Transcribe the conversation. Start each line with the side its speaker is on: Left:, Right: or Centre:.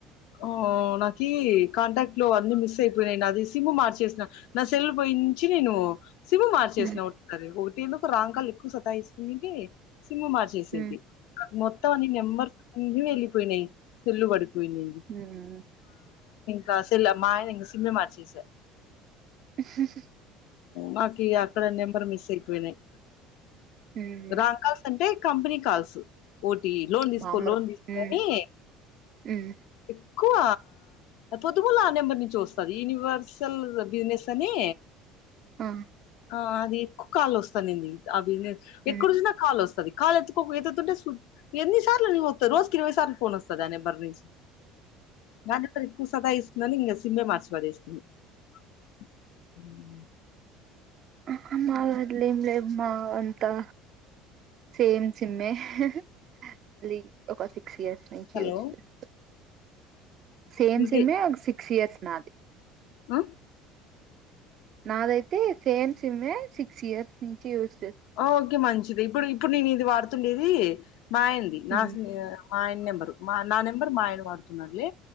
Left: ఓ నాకీ. కాంటాక్ట్ లో అన్ని మిస్ అయిపోయినయ్, నాది సిమ్ మార్చేసిన నా సెల్ పోయించి ను. సిమ్ మార్చేసినా,
Right: ఉమ్
Left: ఒ <unintelligible> ఒటిలు. రాంగ్ కాల్ ఎక్కువ, సతాయిస్తుందింటే? సిమ్ మార్చేసుంటే,
Right: ఉమ్
Left: మొత్తం అని నెంబర్స్. ఈయూ వెళ్ళలిపోయినాయి, సల్లు పడిపోయినయిడి.
Right: హ్మ్మూ.
Left: గా సెల్లె, మా ఆయన ఇంగ సిమ్మే మార్చేస.
Right: హాహా!
Left: నాకు ఈ అక్కడ, నెంబర్ మిస్ అయిపోయినాయి.
Right: ఉమ్ ఉమ్
Left: రకాస్ అంటే? Company calls. ఒటీ లోన్ దెస్కో?,
Right: మామూలు
Left: లోన్ దెస్కో
Right: ఉమ్
Left: అని.
Right: ఉమ్
Left: ఎక్కువ పొద్దుగుల ఆ నెంబర్ నుంచి వస్తది, యూనివర్సల్ బిజినెస్ అని.
Right: ఆ
Left: ఆ అత్. దే ఎక్కువ కాల్స్ వొస్తున్నది, ఆ బిజినెస్. ఎక్కడ
Right: ఉమ్
Left: జూసినా? కాల్ వొస్తది. కాల్ ఎత్తుకోక ఎత్తుతుంటే సూ. ఎన్ని సార్లు అని ఒత్తాను? రోజుకి ఇరవై సార్లు వొస్తది, ఆ ఫోన్ నెంబర్ నుంచి. గాంధీ <unintelligible> పల్లి, కుసో గైస్. నన్నింగ, సిమే మార్చిపడేసినం. <inaudible> హ్మ్మ్!
Right: ఆహా, మాది ఏం లేవ్! మా అంతా సేమ్ సిమే హాహా! లే, ఒక సిపే. సిస్ నుంచి
Left: హలో
Right: వచ్చి చేస్తా. సేమ్
Left: ఇంకే
Right: సిమ్మే ఒక సి సియస్ నాది
Left: అ
Right: నాదైతే సేమ్ సిమ్మే సిక్స్ ఇయర్స్ నుంచి యూజ్
Left: ఓకే మంచి ఇప్పుడు ఇప్పుడు నేను ఇది వాడుతుండేది మాయంది నాకు
Right: ఉమ్
Left: మా ఆయన నెంబరు మా నా నెంబర్ మా ఆయన వాడుతున్నారులే